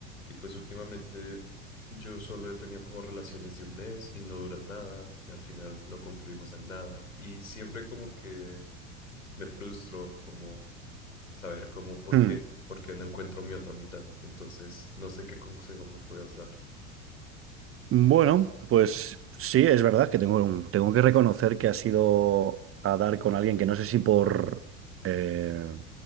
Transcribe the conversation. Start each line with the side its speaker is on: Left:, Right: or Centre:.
Left: y pues últimamente yo solo he tenido como relaciones de un mes y no duran nada y al final no concluimos en nada y siempre como que me frustro como saber cómo por
Right: Hmm.
Left: qué, por qué no encuentro mi otra mitad. Entonces no sé qué consejo me puedas dar.
Right: Bueno, pues sí, es verdad que tengo, un- tengo que reconocer que ha sido a dar con alguien que no sé si por, eh,